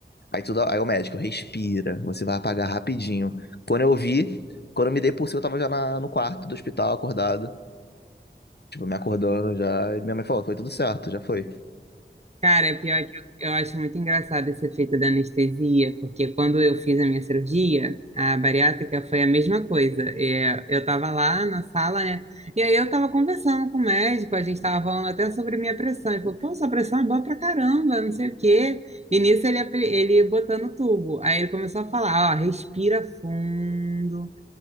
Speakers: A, on the left; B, on the right.
A: Aí, tu dá- aí o médico respira, você vai apagar rapidinho. Quando eu vi, quando eu me dei por cima, eu tava já na- no quarto do hospital, acordado. Tipo, me acordando já. E minha mãe falou: foi tudo certo, já foi.
B: Cara, pior que eu, eu acho muito engraçado esse efeito da anestesia, porque quando eu fiz a minha cirurgia, a bariátrica foi a mesma coisa. É, eu tava lá na sala, né? E aí eu tava conversando com o médico, a gente tava falando até sobre a minha pressão. Ele falou, pô, sua pressão é boa pra caramba, não sei o quê. E nisso ele, apli- ele botando o tubo. Aí ele começou a falar, ó, respira fundo.